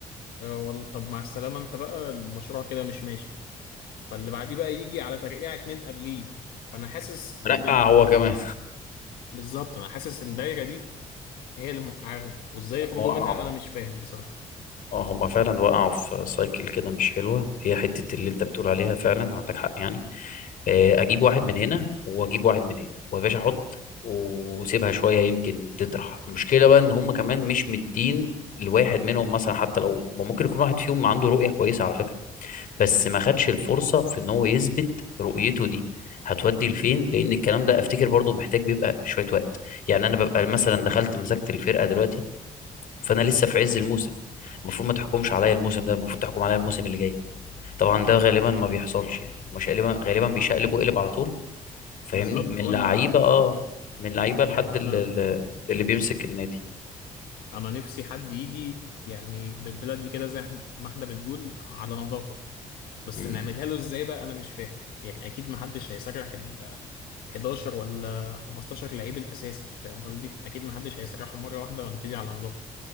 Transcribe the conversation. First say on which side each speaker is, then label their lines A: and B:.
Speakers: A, on the left; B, on the left.
A: آه وال- طب مع السلامه انت بقى المشروع كده مش ماشي فاللي بعديه بقى يجي على ترقيع اتنين قبليه فانا حاسس
B: نقع
A: ال
B: هو
A: ال
B: كمان
A: بالظبط انا حاسس الدايره دي هي اللي موقعاهم وازاي
B: هم
A: يخرجوا
B: وقعوا
A: منها انا مش فاهم بصراحة
B: اه هم فعلا وقعوا في سايكل كده مش حلوة هي حتة اللي انت بتقول عليها فعلا عندك حق يعني آه، اجيب واحد من هنا واجيب واحد من هنا ويا باشا احط وسيبها شويه يمكن تطرح المشكله بقى ان هم كمان مش مدين لواحد منهم مثلا حتى لو ممكن يكون واحد فيهم عنده رؤيه كويسه على فكره بس ما خدش الفرصه في ان هو يثبت رؤيته دي هتودي لفين لان الكلام ده افتكر برضو محتاج بيبقى شويه وقت يعني انا ببقى مثلا دخلت مسكت الفرقه دلوقتي فانا لسه في عز الموسم المفروض ما تحكمش عليا الموسم ده المفروض تحكم عليا الموسم اللي جاي طبعا ده غالبا ما بيحصلش يعني مش غالبا غالبا بيشقلب وقلب على طول فاهمني
A: بالظبط
B: من
A: وانا
B: لعيبه اه من لعيبه لحد
A: يعني
B: اللي,
A: انا
B: اللي بيمسك النادي
A: انا نفسي حد يجي يعني بالبلاد دي كده زي ما احنا بنقول على نظافة بس
B: مم.
A: نعملها له ازاي بقى انا مش فاهم يعني اكيد ما حدش هيسرح ال 11 ولا 15 لعيب الاساسي فاهم قصدي اكيد ما حدش هيسرحهم مرة واحدة ونبتدي على نظافة